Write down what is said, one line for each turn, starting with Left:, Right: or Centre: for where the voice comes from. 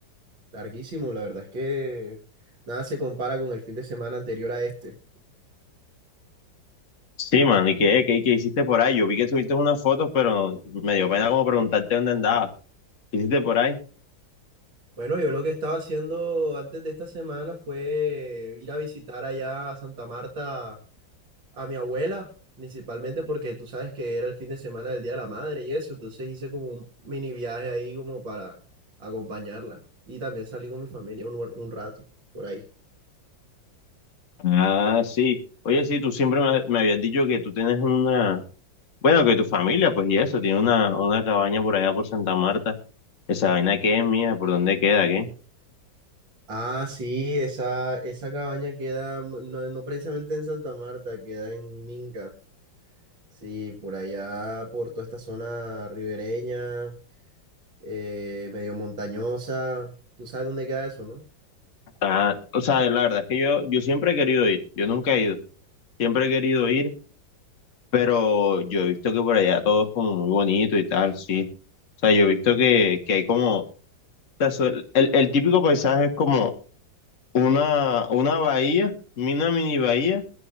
Right: Larguísimo, la verdad es que nada se compara con el fin de semana anterior a este.
Left: Sí, mano, ¿y qué, qué, qué hiciste por ahí? Yo vi que subiste unas fotos, pero me dio pena como preguntarte dónde andabas. ¿Qué hiciste por ahí?
Right: Bueno, yo lo que estaba haciendo antes de esta semana fue ir a visitar allá a Santa Marta a mi abuela, principalmente porque tú sabes que era el fin de semana del Día de la Madre y eso, entonces hice como un mini viaje ahí como para acompañarla y también salí con mi familia un, un rato por ahí.
Left: Ah, sí. Oye, sí, tú siempre me, me habías dicho que tú tienes una... Bueno, que tu familia, pues, y eso, tiene una, una cabaña por allá por Santa Marta. ¿Esa vaina qué es mía? ¿Por dónde queda? ¿Qué?
Right: Ah, sí, esa, esa cabaña queda, mu- no, no precisamente en Santa Marta, queda en Minca. Sí, por allá, por toda esta zona ribereña, eh, medio montañosa. Tú sabes dónde queda eso, ¿no?
Left: Ah, o sea, la verdad es que yo, yo siempre he querido ir. Yo nunca he ido. Siempre he querido ir, pero yo he visto que por allá todo es como muy bonito y tal, sí. O sea, yo he visto que, que hay como, o sea, suel- el, el típico paisaje es como una, una bahía, una mini bahía,